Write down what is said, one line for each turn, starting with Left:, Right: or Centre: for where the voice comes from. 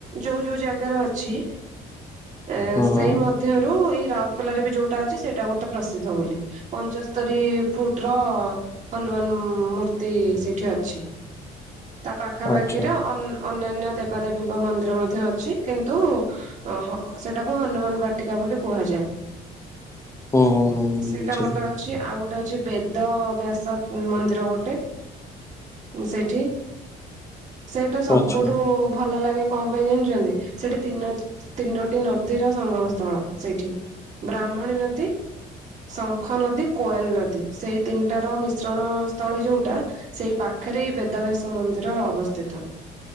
Right: ଯୋଉ ଯୋଉ ଜାଗାର ଅଛି। ଏ
Left: ହୁଁ ହୁଁ
Right: ସେଇ ମଧ୍ୟରୁ ଏଇ ରାଉରକେଲାରେ ବି ଯୋଉଟା ଅଛି ସେଇଟା ଗୋଟେ ପ୍ରସିଦ୍ଧ ବୋଲି ପଞ୍ଚସ୍ତ ରି ଫୁଟ ର ହନୁମାନ ଉଁ ମୂର୍ତ୍ତି ସେଇଠି ଅଛି। ତା ପାଖାପାଖିରେ
Left: ଆଚ୍ଛା
Right: ଅନ ଅନ୍ୟାନ୍ୟ ଦେବାଦେବୀଙ୍କ ମନ୍ଦିର ମଧ୍ୟ ଅଛି କିନ୍ତୁ। ଅ ହଁ ସେଟାକୁ ହନୁମାନ ବାଟିକା ବୋଲି କୁହାଯାଏ।
Left: ହୁଁ ହୁଁ ହୁଁ
Right: ସ ସେଇଟା
Left: ବୁଝିଲି
Right: ଗୋଟେ ଅ ଅଛି ଆଉ ଗୋଟେ ଅଛି ବେଦ ବ୍ୟାସ ଉଁ ମନ୍ଦିର ଗୋଟେ ଉଁ ସେଇଠି। ସେଇଟା ସବୁଠୁ
Left: ଆଚ୍ଛା।
Right: ଭଲ ଲାଗେ କଣ ପାଇଁ ଜାଣିଛନ୍ତି ସେଇଠି ତିନ ତିନୋଟି ନଦୀର ସଂଙ୍ଗମ ସ୍ଥଳ ସେଇଠି ବ୍ରାହ୍ମଣୀ ନଦୀ ସ ଶଙ୍ଖ ନଦୀ, କୋଏଲ ନଦୀ ସେଇ ତିନିଟାର ମିଶ୍ରଣ ସ୍ଥଳୀ ଯଉଟା। ସେଇ ପାଖରେ ବେଦ ବ୍ୟାସ ମନ୍ଦିର ଅବସ୍ଥିତ।